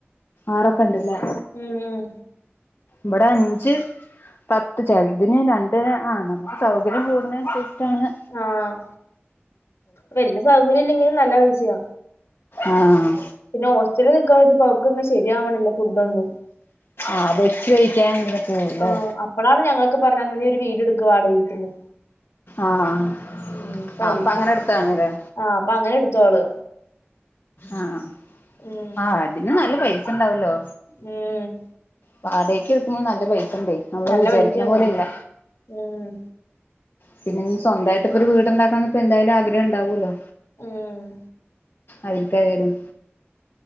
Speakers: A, on the left (about 60°); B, on the left (about 85°).
A: ആറൊക്കെ ഇണ്ട്ല്ലേ.
B: മ് മ്.
A: ഇബടെ അഞ്ച് പത്ത് ചെൽതിന് രണ്ട് ആ നമക്ക് സൗകര്യം കൂടുന്നേൻസര്ച്ച്ട്ടാണ്.
B: ആഹ്‌ വെല്യ സൗകര്യല്ലെങ്കിലും നല്ല <unintelligible>
A: ആഹ്.
B: പിന്നെ ഹോസ്റ്റല്ല് നിക്ക് ണോൽക്ക് <unintelligible> ശരിയാവണില്ല ഫുഡൊന്നും.
A: ആഹ് വച്ച് കഴിക്യാൻ ഇങ്ങനെ പോവല്ലേ?
B: ആഹ് അപ്പളാണ് ഞങ്ങക്ക് പർഞ്ഞ ഞാനൊരു വീഡിയോട്ക്ക വാടകവീട്ട്ന്ന്
A: ആഹ്
B: മ് പത്
A: അപ്പൊ അങ്ങനെ എടുത്താണ്ല്ലേ
B: ആഹ് അപ്പങ്ങനെട്ത്തോള്.
A: ആഹ്
B: ഉം
A: ആ ആ അതിനും നല്ല പൈസണ്ടാവല്ലോ.
B: ഉം
A: വാടകെടുക്കുമ്പോ നല്ല പൈസ ണ്ടേയ് നമ്മള്
B: നല്ല
A: വിചാരിക്കണ
B: പൈസയാന്നേ
A: പോലെ അല്ല.
B: ഉം
A: പിന്നെഞ്ഞി സ്വന്തായിട്ട്പ്പൊരു വീട് ണ്ടാക്കാന്ന്പ്പോ എന്തായാലും ആഗ്രഹണ്ടാവുല്ലോ,
B: ഊമ്..
A: അതിൽ കായാലും